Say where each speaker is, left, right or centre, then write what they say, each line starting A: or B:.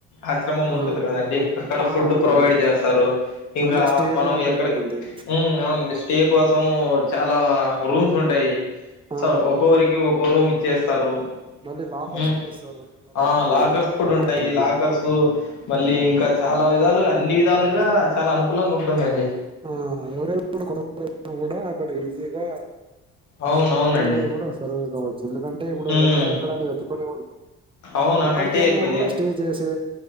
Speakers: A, on the left; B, on the right.
A: ఆశ్రమం
B: ఆ
A: ఉంటుంది కదండి అక్కడ
B: ఆ
A: ఫుడ్
B: అవునండి
A: ప్రొవైడ్ చేస్తారు ఇంకా
B: అంతే స్టే
A: మనం
B: కూడా అక్కడే
A: ఎక్కడ
B: ఉంటుంది
A: ఉమ్ అవునండి స్టే కోసం చాలా రూమ్స్ ఉంటాయి
B: ఆ
A: సొ ఒక్కొరికి ఒక్కొ రూమ్ ఇచ్చేస్తారు
B: మళ్ళీ లాకర్స్
A: ఉమ్
B: కూడా ఇస్తారు తర్వాత
A: ఆ లాకర్స్
B: వాళ్ళు
A: కూడా
B: పెట్టుకోవడానికి
A: ఉంటాయి లాకర్స్ మళ్ళీ ఇంకా చాలా విధాలుగా అన్ని విధాలుగా చాలా అనుకూలంగా ఉంటుందండి
B: ఆ ఎవరైనా కూడా కొత్త కూడా అక్కడ ఈజీగా
A: అవునవునండి
B: తోందరగా కూడా సర్వే కావచ్చు ఎందుకంటే ఇప్పుడు
A: ఉమ్
B: ఎక్కడ ఎక్కడ అని వెతుకోనే ఉం
A: అవునా
B: ఎక్కడికి
A: అంటే
B: వెళ్ళిన
A: కొద్దిగా
B: కూడా స్టే చేసే